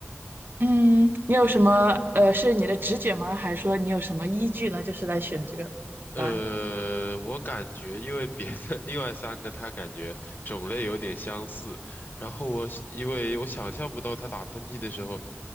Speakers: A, on the right; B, on the left.
A: 嗯，你有什么呃，是你的直觉吗？还是说你有什么依据呢？就是来选这个答案。
B: 呃，我感觉因为别的 <laughs> 另外三个，它感觉种类有点相似，然后我想因为我想象不到它打喷嚏的时候